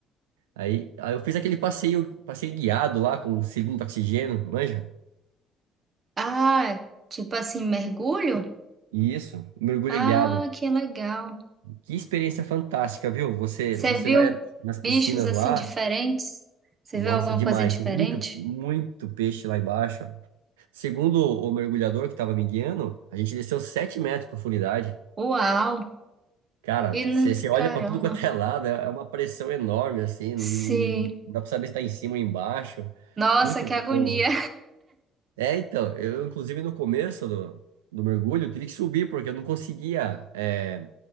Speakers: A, on the right; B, on the right.
A: Aí, aí eu fiz aquele passeio, passeio guiado lá com um cilindro de oxigênio, manja?
B: Ah, tipo assim, mergulho?
A: Isso, mergulho
B: Ah,
A: guiado.
B: que legal.
A: Que experiência fantástica, viu? Você,
B: Você
A: você
B: viu
A: vai nas piscinas
B: bichos assim
A: lá.
B: diferentes? Você
A: Nossa,
B: viu alguma
A: demais.
B: coisa diferente?
A: Muito, muito peixe lá embaixo. Segundo o mergulhador que estava me guiando, a gente desceu 7 metros de profundidade.
B: Uau!
A: Cara,
B: E
A: você
B: no-
A: você olha
B: caramba!
A: para tudo quanto é lado, é é uma pressão enorme, assim. Não
B: Sim.
A: dá para saber se está em cima ou embaixo.
B: Nossa,
A: Muito
B: que
A: gostoso.
B: agonia!
A: É, então, eu, inclusive, no começo do, do mergulho, eu tive que subir, porque eu não conseguia. é,